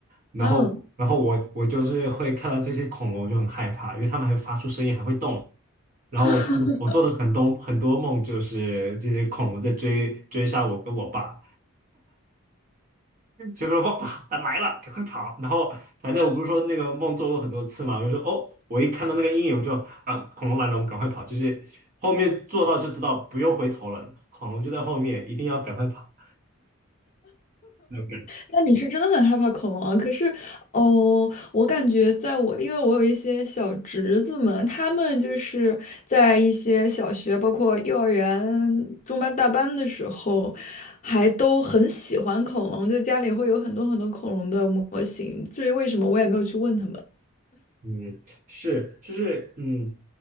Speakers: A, on the right; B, on the left.
A: 然后然后我我就是会看到这些恐龙我就很害怕，
B: 嗯。
A: 因为它们还会发出声音，还会动。然后我我做的很多很多梦就是这些恐龙在追追杀我跟我爸。
B: <laughs>
A: 就说哇，它来了，赶快跑！然后反正我不是说那个梦做过很多次嘛，我就说哦，我一看到那个阴影我就啊，恐龙来了，我们赶快跑！就是后面做到就知道不用回头了，恐龙就在后面，一定要赶快跑。那种感觉
B: 那你是真的很害怕恐龙啊？可是，哦，我感觉在我，因为我有一些小侄子们，他们就是在一些小学，包括幼儿园中班、大班的时候，还都很喜欢恐龙，就家里会有很多很多恐龙的模型。至于为什么，我也没有去问他们。
A: 嗯，是，就是嗯，